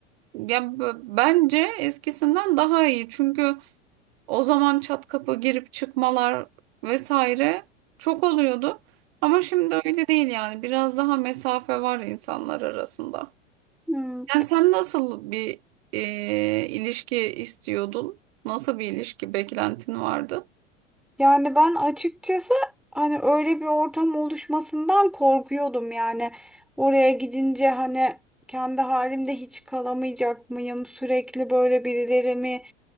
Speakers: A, on the right (about 55°); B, in the centre.
A: ya b- bence eskisinden daha iyi. Çünkü o zaman çat kapı girip çıkmalar vesaire çok oluyordu. Ama şimdi öyle değil yani. Biraz daha mesafe var insanlar arasında.
B: Hmm.
A: Yani sen nasıl bir e, ilişki istiyordun? Nasıl bir ilişki beklentin vardı?
B: Yani ben açıkçası hani öyle bir ortam oluşmasından korkuyordum yani. Oraya gidince hani kendi halimde hiç kalamayacak mıyım? Sürekli böyle birileri mi